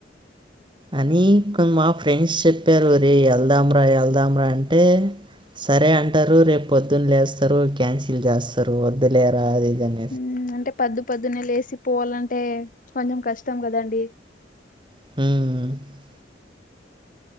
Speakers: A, on the right; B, on the left.
A: అని కొ మా ఫ్రెండ్స్ సెప్పారు ఒరే ఎళ్దాంరా ఎళ్దాంరా అంటే సరే అంటారు రేపు పొద్దున లేస్తారు క్యాన్సిల్ చేస్తారు వద్దులేరా అది ఇది అని
B: ఉమ్ అంటే పద్దు పొద్దునే లేసి పోవాలంటే కొంచం కష్టం గదండి
A: ఉమ్